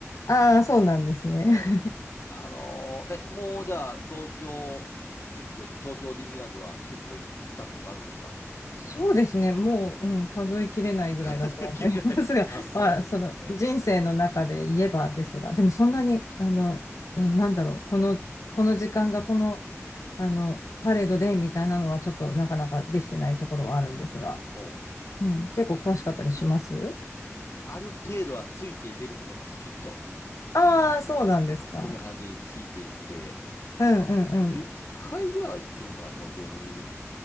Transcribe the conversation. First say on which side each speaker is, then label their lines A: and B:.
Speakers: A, on the left; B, on the left.
A: ああ、そうなんですね。
B: はい。
A: <laughs>
B: あのーえ、もうじゃあ、東京、結構い、東京ディズニーランドは結構行ったことあるんですか
A: そうですね。もう、うん、数えきれないぐらいだとは思いますが、
B: 数え切れない。<laughs> さすがですね。
A: <laughs> まあ、その人生の中で言えばですが、でもそんなに、
B: はいはい。
A: あの、な、なんだろう、この、この時間がこの、あの、パレードでみたいなのはちょっとなかなかできてないところはあるんですが、
B: おう。
A: うん、結構詳しかったりします
B: ある程度はついていけると思います、きっと。
A: ああー、そうなんですか。
B: 嫁はんについていって、
A: うんうんうん。
B: 10回ぐらいは行ってるのかな、東京ディズニー、